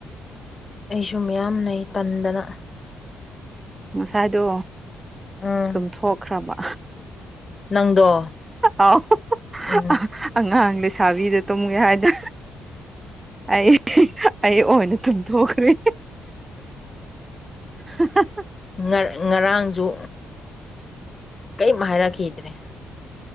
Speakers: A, on the left; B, on the right.
A: ꯑꯩꯁꯨ ꯃꯌꯥꯝ ꯂꯩ ꯇꯟꯗꯅ
B: ꯉꯁꯥꯏꯗꯣ
A: ꯎꯝ
B: ꯇꯨꯝꯊꯣꯛꯈ꯭ꯔꯕ
A: ꯅꯪꯗꯣ
B: ꯑꯥꯎ
A: ꯎꯝ
B: ꯑꯥ ꯑꯉꯥꯡ ꯂꯩꯁꯥꯕꯤꯗ ꯇꯨꯝꯒꯦ ꯍꯥꯏꯗ ꯑꯩ ꯑꯩ ꯑꯣꯏꯅ ꯇꯨꯝꯊꯣꯛꯈ꯭ꯔꯦ ꯍꯥꯍꯥ
A: ꯉꯔ ꯉꯔꯥꯡꯖꯨ ꯀꯩꯝ ꯍꯥꯏꯔꯛꯈꯤꯗ꯭ꯔꯦ